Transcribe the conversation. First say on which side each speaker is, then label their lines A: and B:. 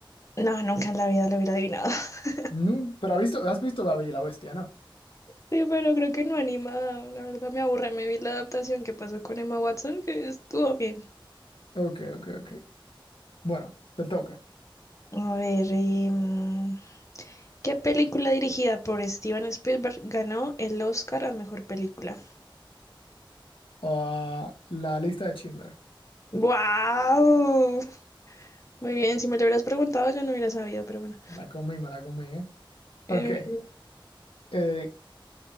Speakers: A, on the left; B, on the left.
A: No, nunca en la vida lo hubiera adivinado. <laughs>
B: No, pero has visto, has visto La Bella y la Bestia, ¿no?
A: Sí, pero creo que no anima. La verdad me aburre. Me vi la adaptación que pasó con Emma Watson, que estuvo bien.
B: Ok, ok, ok. Bueno, te toca.
A: A ver, y, mm, ¿qué película dirigida por Steven Spielberg ganó el Oscar a mejor película?
B: Ah, la lista de Schindler.
A: ¡Wow! Muy bien, si me lo hubieras preguntado yo no hubiera sabido, pero bueno.
B: Me la comí, me la comí, ¿eh?
A: Eh,
B: Ok. eh,